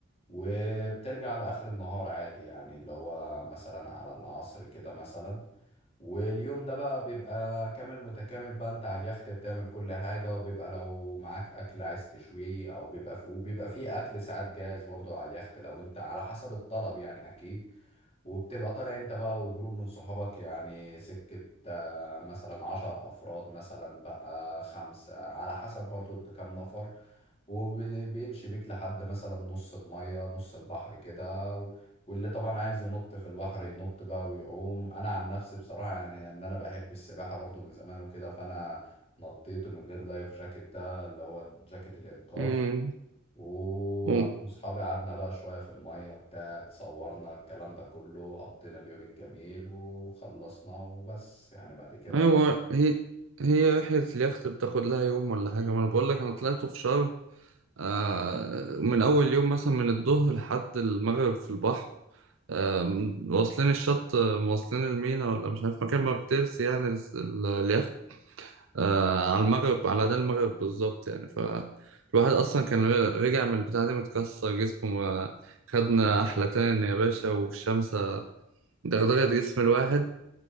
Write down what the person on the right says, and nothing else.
امم
أم.
ايوه هي هي رحله اليخت بتاخد لها يوم ولا حاجه ما انا بقول لك انا طلعته في شرم آه، من اول يوم مثلا من الظهر لحد المغرب في البحر آم، واصلين الشط آه، واصلين المينا ولا مش عارف مكان ما بترسي يعني الس- ال- اليخت آه، على المغرب على ده المغرب بالظبط يعني فالواحد أصلا كان رجع من البتاع دي متكسر جسمه آه، خدنا أحلتان يا باشا والشمس دغدغت جسم الواحد